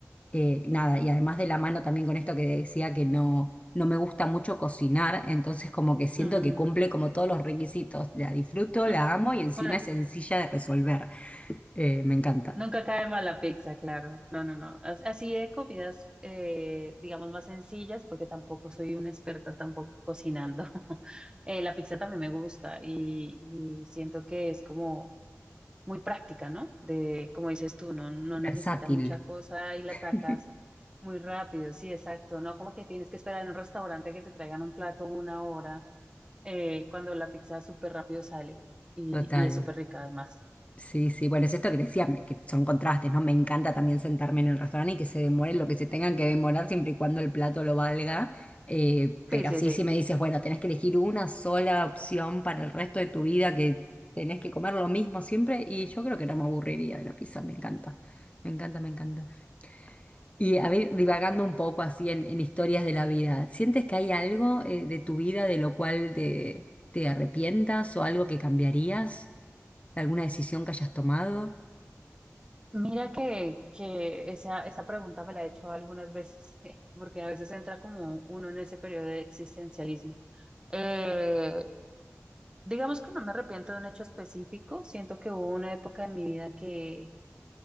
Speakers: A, on the left (about 25°); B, on the right (about 20°).
A: eh, nada, y además de la mano también con esto que decía que no, no me gusta mucho cocinar, entonces como que siento
B: Mm,
A: que cumple como todos los requisitos, la disfruto,
B: <laughs>
A: la amo y encima
B: Bueno,
A: es sencilla de resolver, Eh, me encanta,
B: nunca cae mal la pizza, claro. No, no, no. As- Así de comidas, eh, digamos, más sencillas, porque tampoco soy una experta tampoco cocinando. <laughs> Eh, la pizza también me gusta y, y siento que es como muy práctica, ¿no? De, como dices tú, no, no necesita
A: versátil,
B: mucha cosa
A: <laughs>
B: y la sacas muy rápido, sí, exacto, no como que tienes que esperar en un restaurante que te traigan un plato una hora, eh, cuando la pizza súper rápido sale y,
A: total.
B: y es súper rica además.
A: Sí, sí, bueno, es esto que decía, me- que son contrastes, ¿no? Me encanta también sentarme en el restaurante y que se demoren lo que se tengan que demorar siempre y cuando el plato lo valga. Eh,
B: Sí,
A: pero
B: sí,
A: sí,
B: sí.
A: sí me dices, bueno, tenés que elegir una sola opción para el resto de tu vida, que tenés que comer lo mismo siempre, y yo creo que no me aburriría de la pizza, me encanta, me encanta, me encanta. Y a ver, divagando un poco así en, en historias de la vida, ¿sientes que hay algo eh, de tu vida de lo cual te, te arrepientas o algo que cambiarías? ¿Alguna decisión que hayas tomado?
B: Mira que, que esa, esa pregunta me la he hecho algunas veces, <laughs> porque a veces entra como uno en ese periodo de existencialismo. Eh, digamos que no me arrepiento de un hecho específico, siento que hubo una época en mi vida que